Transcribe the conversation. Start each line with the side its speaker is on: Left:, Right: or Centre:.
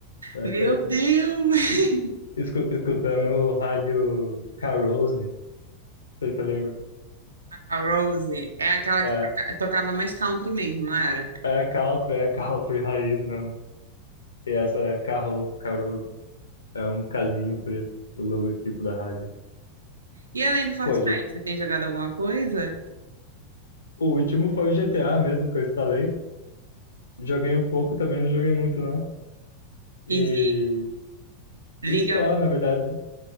Left: Essa,
Right: Meu Deus!
Left: é- escu- escutando rádio Carouse, não sei se você lembra.
Right: A Rose é aquela que
Left: É,
Right: troca- tocava mais country mesmo, não era?
Left: É country, é country raiz mesmo. E essa é Carro, Carouse. É um casinho preto, o logotipo da rádio.
Right: E além do Fortnite,
Left: Pô, G-
Right: você tem jogado alguma coisa?
Left: o último foi o GTA mesmo que eu instalei. Joguei um pouco também, não joguei muito não.
Right: E
Left: E,
Right: de League
Left: e só, na verdade.